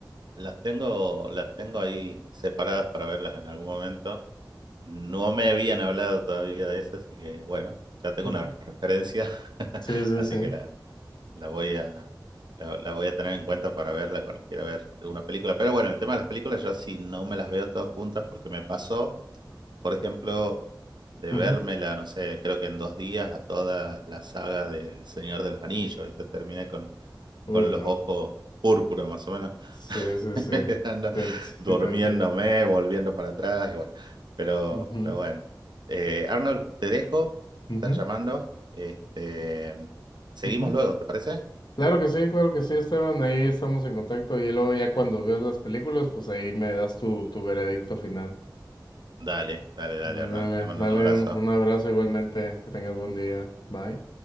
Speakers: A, on the right; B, on the left.
A: las tengo, las tengo ahí separadas para verlas en algún momento. No me habían hablado todavía de eso, así que bueno, ya tengo
B: Ujú,
A: una
B: ujú.
A: referencia, <laughs>
B: Sí, sí,
A: así
B: sí.
A: que la, la voy a, la, la voy a tener en cuenta para verla cuando quiera ver una película. Pero bueno, el tema de las películas, yo sí no me las veo todas juntas porque me pasó, por ejemplo. de
B: Ujú.
A: vérmela, no sé, creo que en dos días a toda la saga del Señor de los Anillos. Y te terminé con,
B: Uy,
A: con los
B: no.
A: ojos púrpura, más o menos.
B: Sí, sí,
A: <laughs>
B: sí.
A: Ando
B: Te ent- sí,
A: durmiéndome,
B: te entiendo.
A: volviendo para atrás, y bueno. Pero,
B: Ujú,
A: pero bueno. Eh, Arnold, te dejo. Me
B: ujú,
A: están llamando. Este, seguimos
B: ujú.
A: luego, ¿te parece?
B: Claro que sí, claro que sí, Esteban. Ahí estamos en contacto. Y luego ya cuando veas las películas, pues ahí me das tu, tu veredicto final.
A: Dale, dale, dale,
B: Dale,
A: Arnold. Te mando
B: dale
A: un abrazo.
B: un un abrazo igualmente. Que tengas buen día. Bye.